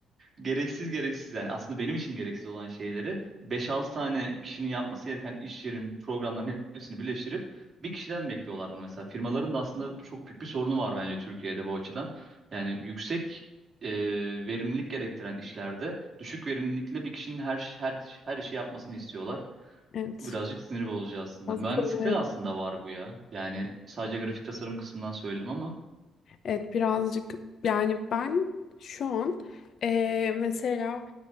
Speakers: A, on the right (about 40°); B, on the left (about 60°).
A: gereksiz gereksiz yani aslında benim için gereksiz olan şeyleri beş altı tane kişinin yapması gereken iş yerin programların hepsini birleştirip bir kişiden bekliyorlar bunu mesela. Firmaların da aslında çok büyük bir sorunu var bence Türkiye'de bu açıdan. Yani yüksek e, verimlilik gerektiren işlerde düşük verimlilikle bir kişinin her her her işi yapmasını istiyorlar.
B: Evet.
A: Bu birazcık sinir bozucu aslında.
B: Bazı
A: Mühendislikte
B: konulara
A: de aslında var bu ya. Yani sadece grafik tasarım kısmından söyledim ama.
B: Evet birazcık yani ben şu an eee, mesela